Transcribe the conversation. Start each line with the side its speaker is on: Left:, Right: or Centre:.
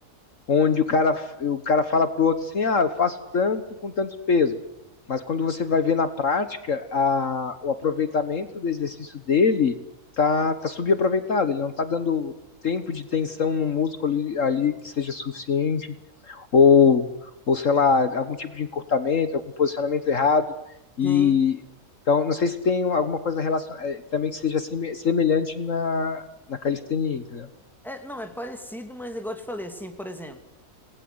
Left: onde o cara, o cara fala pro outro assim, ah, eu faço tanto com tanto peso. Mas quando você vai ver na prática, a, o aproveitamento do exercício dele tá, tá subaproveitado, ele não tá dando tempo de tensão no músculo ali, ali que seja suficiente, ou, ou sei lá, algum tipo de encurtamento, algum posicionamento errado. E
Centre: Sim.
Left: então, não sei se tem alguma coisa relacion... eh, também que seja seme- semelhante na, na calistenia, entendeu?
Centre: É, não, é parecido, mas é igual eu te falei, assim, por exemplo,